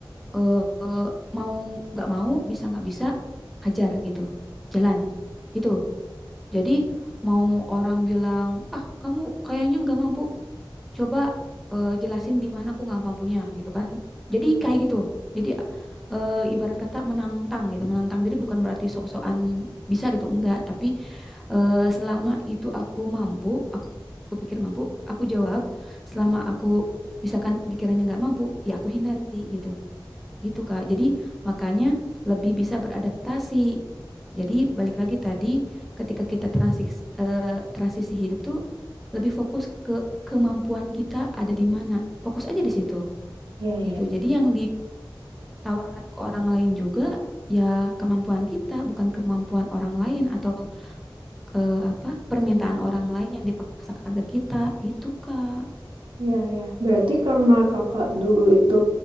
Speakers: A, in the centre; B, on the right.
A: eh eh, mau nggak mau bisa nggak bisa hajar gitu. Jalan gitu. Jadi mau orang bilang, "Ah, kamu kayaknya nggak mampu coba eh, jelasin di mana aku nggak mampunya gitu kan jadi kayak gitu jadi eh, ibarat kata menantang gitu menantang diri bukan berarti sok-sokan bisa gitu enggak tapi eh, selama itu aku mampu aku, aku pikir mampu aku jawab selama aku misalkan dikiranya nggak mampu ya aku hindari gitu gitu Kak. Jadi makanya lebih bisa beradaptasi. Jadi balik lagi tadi ketika kita transisi, eh, transisi hidup tuh lebih fokus ke kemampuan kita ada di mana. Fokus aja di situ
B: Iya, iya.
A: gitu. Jadi yang ditawarkan ke orang lain juga ya kemampuan kita bukan kemampuan orang lain atau eh, apa permintaan orang lain yang dipaksakan ke kita gitu Kak.
B: Iya, iya. Berarti karena kakak dulu itu